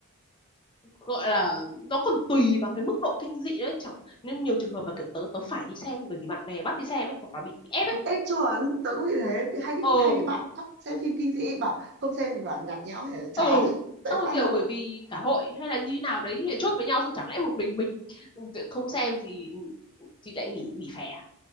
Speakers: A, on the left (about 20°); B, on the right (about 50°).
A: gọi là nó còn tùy vào cái mức độ kinh dị đấy chẳng nên nhiều trường hợp là kiểu tớ tớ phải đi xem bởi vì bạn bè bắt đi xem ấy hoặc là bị ép ấy
B: Ê chuẩn tớ cũng bị thế bị- hay bị
A: ừ
B: hay bị bạn bắt xem phim kinh dị bảo không xem thì bảo là nhạt nhẽo hay là chán
A: ừ
B: <laughs> tại
A: xong rồi
B: sao
A: kiểu
B: lại
A: bởi vì cả hội hay là như nào đấy lại chốt với nhau xong chẳng lẽ một mình mình <laughs> không xem thì thì lại nghỉ nghỉ phè à?